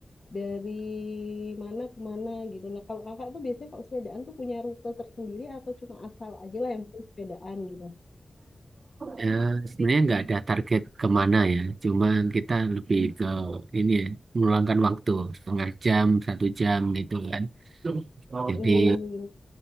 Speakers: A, on the left; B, on the right.
A: dari mana ke mana gitu. Nah, kalau kakak tuh biasanya kalau sepedaan tuh punya rute tersendiri atau cuma asal aja lah yang penting sepedaan gitu.
B: Ya, sebenarnya nggak ada target kemana ya. Cuman kita lebih ke ini ya, meluangkan waktu setengah jam, satu jam gitu kan. Jadi
A: Hmm.